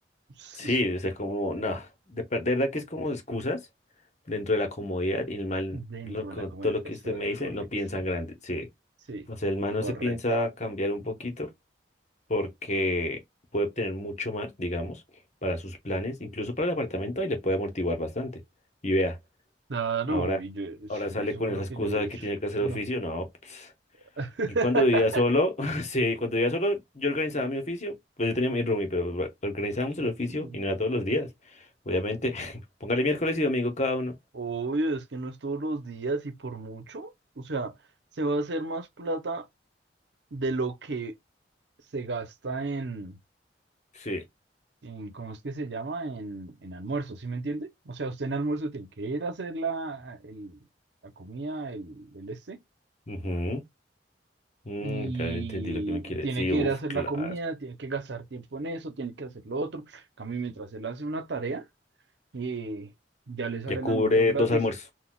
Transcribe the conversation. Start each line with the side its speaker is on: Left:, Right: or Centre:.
Right: <laughs>
Left: Sí, o sea, como, no, de, per- de verdad que es como excusas dentro de la comodidad y el mal,
Right: Dentro
Left: lo, co-
Right: de la comunidad,
Left: todo lo que
Right: está
Left: usted me dice,
Right: correcto.
Left: no piensa en grande, sí.
Right: Sí,
Left: O sea, el man
Right: correcto.
Left: no se piensa cambiar un poquito porque puede obtener mucho más, digamos, para sus planes, incluso para el apartamento, ahí le puede amortiguar bastante. Y vea,
Right: Claro,
Left: ahora,
Right: y yo, sí,
Left: ahora sale
Right: eso
Left: con
Right: fue
Left: esa
Right: lo
Left: excusa
Right: que yo le
Left: de
Right: dije.
Left: que tiene que hacer
Right: No.
Left: oficio, no, pues,
Right: <laughs>
Left: yo cuando vivía solo, <laughs> sí, cuando vivía solo, yo organizaba mi oficio, pues yo tenía mi roomie, pero bueno, organizábamos
Right: Sí.
Left: el oficio y no era todos los días. Obviamente, <laughs> póngale miércoles y domingo cada uno.
Right: Obvio, es que no es todos los días y por mucho. O sea, se va a hacer más plata de lo que se gasta en,
Left: Sí.
Right: en ¿cómo es que se llama? En, en almuerzo, ¿sí me entiende? O sea, usted en almuerzo tiene que ir a hacer la, el- la comida, el, el este.
Left: Ujú. Mm,
Right: y
Left: claro, entendí lo que me quiere
Right: tiene
Left: decir.
Right: que
Left: Uf,
Right: ir a hacer
Left: claro.
Right: la comida, tiene que gastar tiempo en eso, tiene que hacer lo otro. En Cambio, mientras él hace una tarea, eh, ya le sale
Left: Ya
Right: el
Left: cubre
Right: almuerzo gratis.
Left: dos almuerzos.
Right: <laughs>